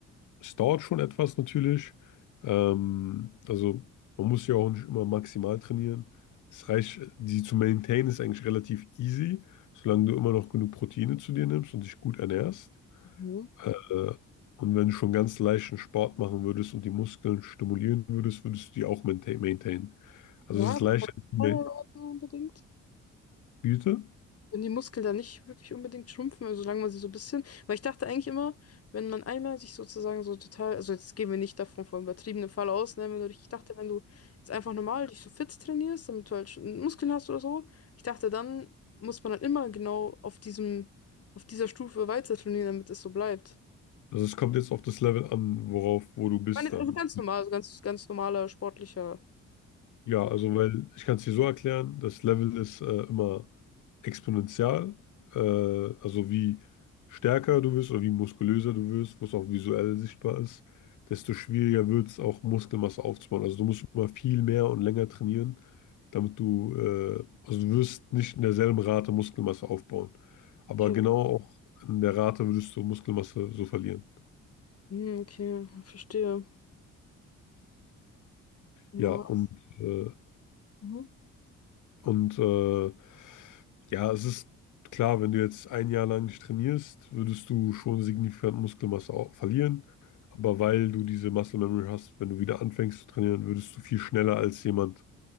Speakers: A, on the left (about 80°); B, on the left (about 50°).
A: Es dauert schon etwas natürlich. Ähm, also man muss ja auch nicht immer maximal trainieren. Es reicht, die zu maintainen ist eigentlich relativ easy, solange du immer noch genug Proteine zu dir nimmst und dich gut ernährst.
B: Mhm.
A: Äh, und wenn du schon ganz leichten Sport machen würdest und die Muskeln stimulieren würdest, würdest du die auch maintain- maintainen. Also
B: Ja,
A: es ist leichter zu maintainen.
B: keine Ahnung, so unbedingt.
A: Bitte?
B: Wenn die Muskeln da nicht wirklich unbedingt schrumpfen, also solange man sie so ein bisschen, weil ich dachte eigentlich immer, wenn man einmal sich sozusagen so total, also jetzt gehen wir nicht davon von übertriebenem Fall aus, ne, wenn du, dich- ich dachte, wenn du jetzt einfach normal dich so fit trainierst, damit du halt schon Muskeln hast oder so, ich dachte, dann muss man halt immer genau auf diesem, auf dieser Stufe weiter trainieren, damit es so bleibt.
A: Also es kommt jetzt auf das Level an, worauf, wo du bist
B: Ich meine, jetzt
A: dann.
B: also ganz normal, also ganz, ganz normaler, sportlicher,
A: Ja,
B: so.
A: also weil ich kann es dir so erklären, das Level ist äh, immer exponentiell, äh, also wie stärker du wirst oder wie muskulöser du wirst, was auch visuell sichtbar ist, desto schwieriger wird es auch Muskelmasse aufzubauen. Also du musst immer viel mehr und länger trainieren, damit du, äh, also du wirst nicht in derselben Rate Muskelmasse aufbauen, aber
B: Okay,
A: genau auch in der Rate würdest du Muskelmasse so verlieren.
B: Hm, okay, verstehe. Ja.
A: Ja, und äh,
B: Mhm.
A: Und äh, ja, es ist klar, wenn du jetzt ein Jahr lang nicht trainierst, würdest du schon signifikant Muskelmasse au- verlieren. Aber weil du diese Muscle Memory hast, wenn du wieder anfängst zu trainieren, würdest du viel schneller als jemand,